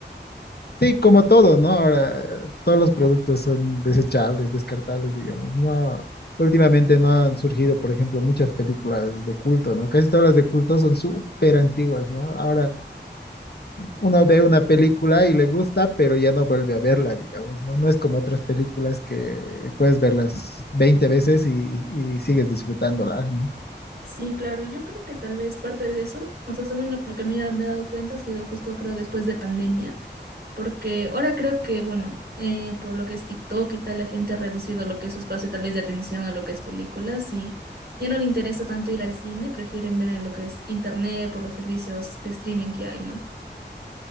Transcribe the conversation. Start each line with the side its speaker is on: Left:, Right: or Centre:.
Left: Sí, como todo, ¿no? Ahora eh, todos los productos son desechables, descartables, digamos. No, últimamente no han surgido, por ejemplo, muchas películas de culto, ¿no? Casi todas las de culto son súper antiguas, ¿no? Ahora uno ve una película y le gusta, pero ya no vuelve a verla, digamos, ¿no? No es como otras películas que puedes verlas 20 veces y, y sigues disfrutándolas, ¿no?
Right: Sí, claro, yo creo que tal vez parte de eso, o sea, según lo, lo que me, ha- me he dado cuenta, ha sido justo creo después de pandemia. Porque ahora creo que, bueno, eh, por lo que es TikTok y tal, la gente ha reducido lo que es su espacio tal vez de atención a lo que es películas y ya no le interesa tanto ir al cine, prefieren ver en lo que es internet por los servicios de streaming que hay, ¿no?